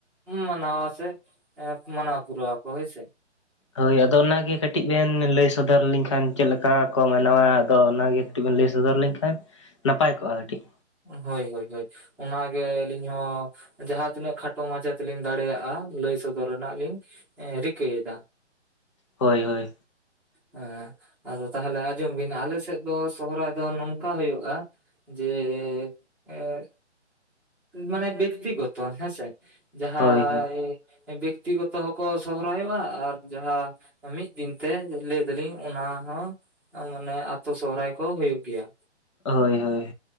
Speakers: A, in the centre; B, on the left.
A: ᱢᱟᱱᱟᱣᱟ ᱥᱮ ᱢᱟᱱᱟᱣ ᱯᱩᱨᱟᱹᱣ ᱟᱠᱚ ᱦᱮᱸᱥᱮ
B: ᱦᱳᱭ ᱟᱫᱚ ᱚᱱᱟᱜᱮ ᱠᱟᱹᱴᱤᱡ ᱵᱮᱱ ᱞᱟᱹᱭ ᱥᱚᱫᱚᱨ ᱞᱤᱧ ᱠᱷᱟᱱ ᱪᱮᱫ ᱞᱮᱠᱟ ᱠᱚ ᱢᱟᱱᱟᱣᱟ ᱟᱫᱚ ᱚᱱᱟᱜᱮ ᱠᱟᱹᱴᱤᱡ ᱵᱮᱱ ᱞᱟᱹᱭ ᱥᱚᱫᱚᱨ ᱞᱮᱱ ᱠᱷᱟᱱ ᱱᱟᱯᱟᱭ ᱠᱚᱜᱼᱟ ᱠᱟᱹᱴᱤᱡ
A: ᱦᱳᱭ ᱦᱳᱭ ᱦᱳᱭ ᱚᱱᱟᱜᱮ ᱟᱹᱞᱤᱧ ᱦᱚᱸ ᱡᱟᱦᱟᱸ ᱛᱤᱱᱟᱹᱜ ᱠᱷᱟᱴᱚ ᱢᱟᱪᱷᱟ ᱛᱮᱞᱤᱧ ᱫᱟᱲᱮᱭᱟᱜᱼᱟ ᱞᱟᱹᱭ ᱥᱚᱫᱚᱨ ᱨᱮᱱᱟᱜ ᱞᱤᱧ ᱨᱮᱠᱟᱹᱭᱮᱫᱟ
B: ᱦᱳᱭ ᱦᱳᱭ
A: ᱦᱮᱸ ᱟᱫᱚ ᱛᱟᱦᱚᱞᱮ ᱟᱸᱡᱚᱢ ᱵᱮᱱ ᱟᱞᱮ ᱥᱮᱫ ᱫᱚ ᱥᱚᱦᱨᱟᱭ ᱫᱚ ᱱᱚᱝᱠᱟ ᱦᱩᱭᱩᱜᱼᱟ ᱡᱮ ᱡᱮ ᱮ ᱢᱟᱱᱮ ᱵᱮᱠᱛᱤ ᱜᱚᱛᱚ ᱦᱮᱸᱥᱮ ᱡᱟᱦᱟᱸ
B: ᱦᱳᱭ ᱦᱳᱭ
A: ᱵᱮᱠᱛᱤ ᱜᱚᱛᱚ ᱦᱚᱸᱠᱚ ᱥᱚᱦᱨᱟᱭᱚᱜᱼᱟ ᱟᱨ ᱡᱟᱦᱟᱸ ᱢᱤᱫ ᱫᱤᱱᱛᱮ ᱞᱟᱹᱭ ᱮᱫᱟᱞᱤᱧ ᱚᱱᱟ ᱦᱚᱸ ᱢᱟᱱᱮ ᱟᱛᱳ ᱥᱚᱦᱨᱟᱭ ᱠᱚ ᱦᱩᱭᱩᱜ ᱜᱮᱭᱟ
B: ᱦᱳᱭ ᱦᱳᱭ